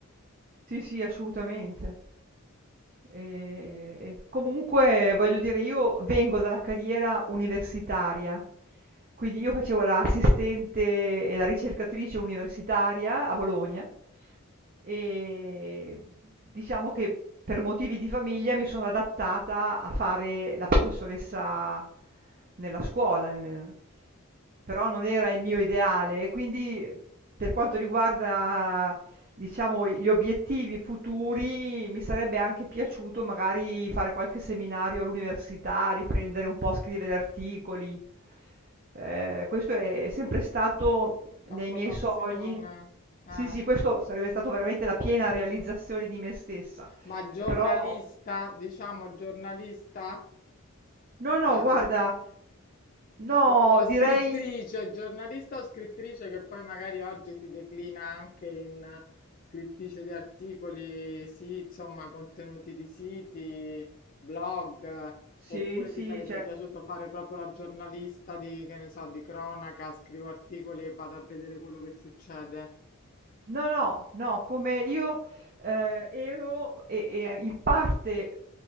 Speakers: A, on the right; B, on the left.
A: Sì, sì, assolutamente. Ehm, e comunque voglio dire io vengo dalla carriera universitaria, quindi io facevo l'assistente e la ricercatrice universitaria a Bologna e diciamo che per motivi di famiglia mi sono adattata a fare la professoressa nella scuola, nel però non era il mio ideale, quindi per quanto riguarda Diciamo gli obiettivi futuri, mi sarebbe anche piaciuto magari fare qualche seminario all'università, riprendere un po' a scrivere articoli. Ehm, questo è sempre stato
B: La
A: nei
B: tua
A: miei
B: passione,
A: sogni.
B: eh.
A: Sì, sì, questo sarebbe stato veramente la piena realizzazione di me stessa.
B: Ma giornalista,
A: Però
B: diciamo giornalista,
A: no, no,
B: La-
A: guarda,
B: la-
A: no,
B: o, o
A: direi
B: scrittrice, giornalista o scrittrice che poi magari oggi si declina anche in eh, scrittrice di articoli, sì, insomma, contenuti di siti, blog, eh,
A: sì,
B: oppure
A: sì,
B: ti sarebbe
A: cioè
B: piaciuto fare proprio la giornalista di, che ne so, di cronaca, scrivo articoli e vado a vedere quello che succede.
A: No, no, no, come io, ehm, ero e e in parte